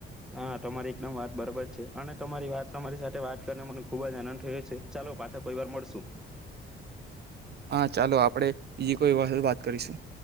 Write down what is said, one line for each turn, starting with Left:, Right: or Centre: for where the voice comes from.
Centre: હા તમારી એકદમ વાત બરાબર છે અને તમારી વાત તમારી સાથે વાત કરીને મને ખુબ જ આનંદ થયો છે. ચાલો પાછા કોઈ વાર મળશુ.
Right: હા ચાલો આપણેે બીજી કોઈ વખત વાત કરીશું.